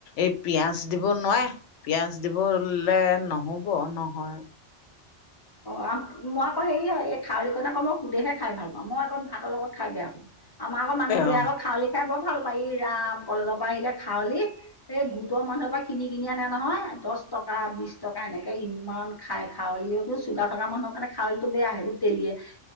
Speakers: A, on the left; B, on the left.
A: এই পিয়াঁজ দিব নোৱাৰে পিয়াঁজ দিব হলে নহ'ব নহয়
B: অ মই আকৌ হেৰি হয় এই খাউলীকণ আকৌ মই সুধেহে খাই ভাল পাওঁ মই আকৌ ভাতৰ লগত খাই বেয়া পাওঁ আমাৰ আকৌ মানুহটোৱে
A: অ
B: আকৌ খাউলি খাই বৰ ভাল পায় ই ৰাম কলেজৰ পৰা আহিলে খাৱলি এই গোটৰ মানুহৰ পৰা কিনি কিনি আনে নহয় দছ টকা বিছ টকা এনেকে ইমান খাই খাউলি ও টো চুগাৰ থকা মানুহৰ কাৰণে খাৱলিটো বেয়া সেইবোৰ তেলিয়া